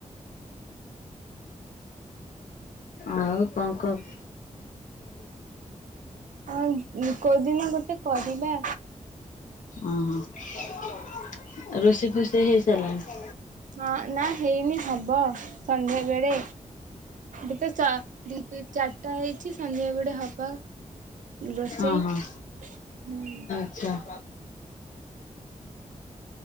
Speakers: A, on the left; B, on the right.
A: ଆଉ କଣ କହ?
B: ଆଉ କୋଉଦିନ ଗୋଟେ କରିବା।
A: ଓହୋ ରୋଷେଇ ଫୋଷେଇ ହେଇ ସାରିଲାଣି?
B: ହଁ ନା ହେଇନି ହବ ସନ୍ଧ୍ୟାବେଳେ। ଏବେ ତ ଚା ଦି ଚାରିଟା ହେଇଛି ସନ୍ଧ୍ୟା ବେଳେ ହବ। ରୋଷେଇ
A: ଓହୋ
B: ହୁଁ।
A: ଆଚ୍ଛା।